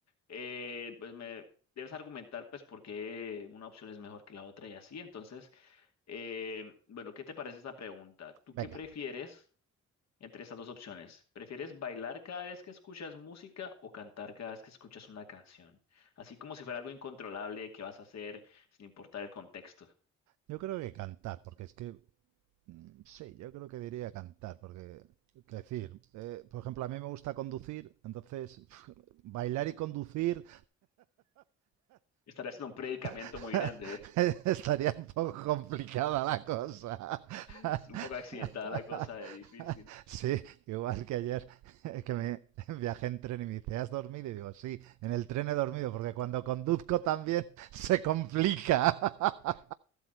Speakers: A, on the left; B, on the right.
A: eh, pues me debes argumentar pues por qué una opción es mejor que la otra y así. Entonces, eh, bueno, ¿qué te parece esta pregunta? ¿Tú
B: Venga.
A: qué prefieres entre estas dos opciones? ¿Prefieres bailar cada vez que escuchas música o cantar cada vez que escuchas una canción? Así como si fuera algo incontrolable que vas a hacer sin importar el contexto.
B: Yo creo que cantar, porque es que... mm, Sí, yo creo que diría cantar, porque... que decir, eh, por ejemplo, a mí me gusta conducir, entonces <laughs> bailar y conducir
A: Estarás en un predicamento
B: <laughs>
A: muy grande. ¿eh?
B: Estaría un poco complicada la cosa. <laughs>
A: Es un poco accidentada la cosa, es difícil.
B: Sí, igual que ayer <laughs> que me <laughs> viajé en tren y me dice, ¿has dormido? Y digo, sí, en el tren he dormido porque cuando conduzco también se complica.